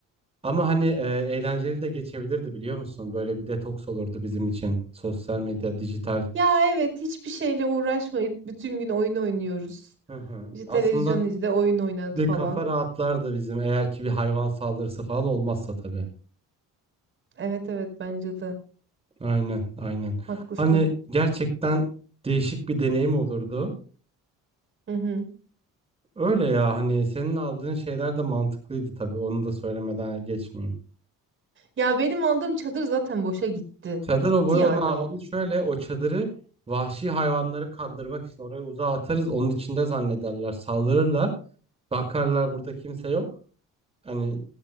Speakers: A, on the right; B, on the right.
A: Ama hani e, eğlenceli de geçebilirdi biliyor musun? Böyle bir detoks olurdu bizim için. Sosyal medya, dijital.
B: Ya evet hiçbir şeyle uğraşmayıp bütün gün oyun oynuyoruz.
A: Hı hı.
B: İşte
A: Aslında
B: televizyon izle, oyun oynat
A: Bir
B: falan.
A: kafa rahatlardı bizim eğer ki bir hayvan saldırısı falan olmazsa tabii.
B: Evet evet bence de
A: Aynen, aynen.
B: haklısın.
A: Hani gerçekten değişik bir deneyim olurdu.
B: Hı hı.
A: Öyle ya hani senin aldığın şeyler de mantıklıydı tabii. Onu da söylemeden geçmeyeyim.
B: Ya benim aldığım çadır zaten boşa gitti.
A: Çadır
B: Gitti
A: o boy
B: yani
A: ona
B: o.
A: onu şöyle o çadırı vahşi hayvanları kandırmak için oraya uzağa atarız. Onun içinde zannederler, saldırırlar. Bakarlar burada kimse yok. Hani